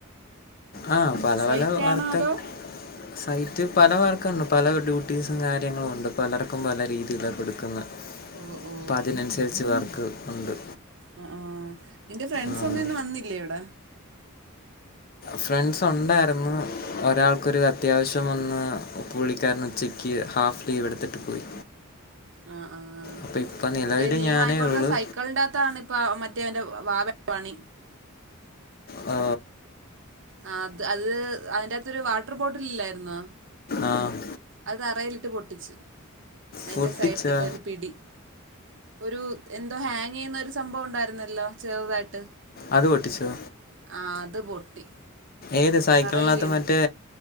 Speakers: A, on the left; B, on the right.
A: ആഹ് പല
B: സൈറ്റ്
A: പല വർക്ക്
B: ആണോ അതോ
A: സൈറ്റ് പല വർക്ക്ണ്ട് പല ഡ്യൂട്ടീസും കാര്യങ്ങളും ഉണ്ട് പലർക്കും പല രീതിയില കൊടുക്കുന്ന
B: ഓ ഓ
A: അപ്പൊ അതിനനുസരിച്ച് വർക്ക് ഉണ്ട്
B: ആ ആഹ് നിന്റെ ഫ്രണ്ട്സ്
A: ആഹ്
B: ഒന്നും ഇന്ന് വന്നില്ലേ അവിടെ
A: ഫ്രണ്ട്സ് ഒണ്ടായിരുന്നു ഒരാൾക്കൊരു അത്യാവശ്യം വന്ന് പുളളിക്കാരൻ ഉച്ചക്ക് <unintelligible> ഹാഫ് ലീവ് എടുത്തിട്ട് പോയി
B: ആ ആഹ്
A: അപ്പൊ ഇപ്പൊ നിലവില്
B: മറ്റേ നീ
A: ഞാനേ
B: വാങ്ങിക്കൊടുത്ത
A: ഉള്ളു
B: സൈക്കിളിന്റെ അകത്താണ് ഇപ്പ മറ്റെ ദേവന്റെ വാവ പണി
A: ഓ
B: ആ അത് അത് അതിൻ്റെ അകത്തൊരു വാട്ടർ ബോട്ടില് ഇല്ലായിരുന്നോ
A: ആഹ്
B: അത് തറയിലിട്ട് പൊട്ടിച്ചു അതിന്റെ
A: പൊട്ടിച്ചോ
B: സൈഡിലത്തെ ഒരു പിടി ഒരു എന്തോ ഹാങ് ചെയ്യുന്ന ഒരു സംഭവം ഉണ്ടായിരുന്നല്ലോ ചെറുതായിട്ട്
A: അത് പൊട്ടിച്ചോ
B: ആഹ് അത് പൊട്ടി
A: ഏത് സൈക്കിളിനകത്ത്
B: തറയിൽ
A: മറ്റേ